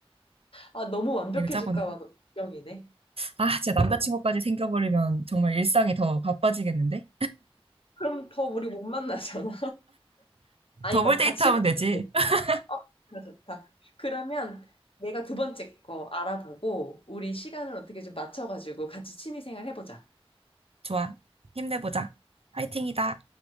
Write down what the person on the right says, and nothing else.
계획을 짜보는 거.
아, 진짜 남자친구까지 생겨버리면 정말 일상이 더 바빠지겠는데?
더블
데이트 하면
되지.
<laughs>
좋아. 힘내보자. 화이팅이다.